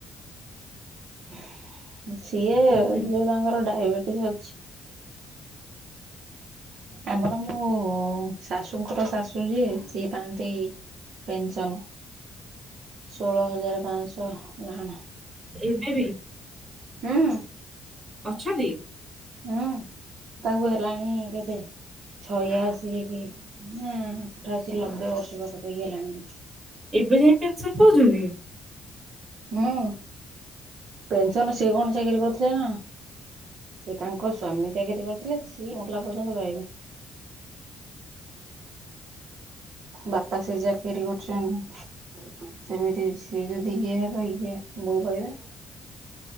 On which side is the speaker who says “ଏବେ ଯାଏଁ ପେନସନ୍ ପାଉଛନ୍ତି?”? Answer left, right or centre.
Right